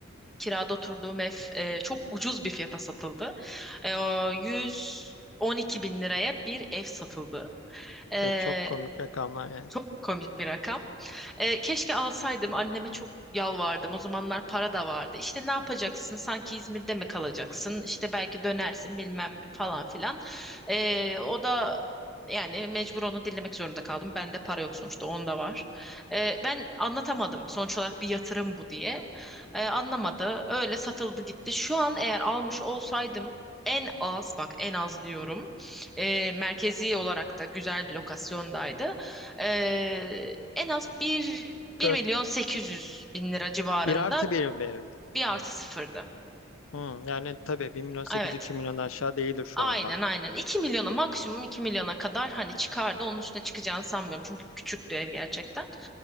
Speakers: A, in the centre; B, on the left (about 75°).
A: kirada oturduğum ev e, çok ucuz bir fiyata satıldı. E, o 112 bin liraya bir ev satıldı. E,
B: Ve çok komik rakamlar yani.
A: çok komik bir rakam. Ee, keşke alsaydım anneme çok yalvardım. O zamanlar para da vardı. İşte ne yapacaksın? Sanki İzmir'de mi kalacaksın? İşte belki dönersin bilmem falan filan. Ee, o da yani mecbur onu dinlemek zorunda kaldım. Bende para yok sonuçta onda var. Ee, ben anlatamadım sonuç olarak bir yatırım bu diye. Ee, anlamadı. Öyle satıldı gitti. Şu an eğer almış olsaydım en az bak en az diyorum. ee, merkezi olarak da güzel bir lokasyondaydı. Ee, en az bir bir
B: dört
A: milyon sekiz yüz bin lira civarında
B: bir artı bir. mi?
A: bir artı sıfırdı.
B: Hı, yani tabii 1 milyon 800
A: Evet.
B: 2 milyon aşağı değildir şu
A: Aynen
B: anda.
A: aynen. iki milyona maksimum iki milyona kadar hani çıkardı. Onun üstüne çıkacağını sanmıyorum. Çünkü küçüktü ev gerçekten.